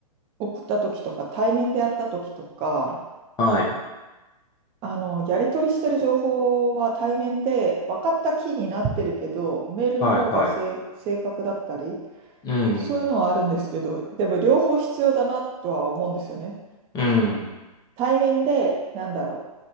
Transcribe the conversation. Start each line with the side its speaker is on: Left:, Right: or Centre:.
Right: 送った時とか対面でやった時とか、
Left: はい。
Right: あの、やり取りしてる情報は対面で分かった気になってるけど、メールの方が正正確だったり。
Left: はい、はい。うん。
Right: そういうのはあるんですけど、でも両方必要だなとは思うんですよね。
Left: うん。
Right: 対面で、なんだろ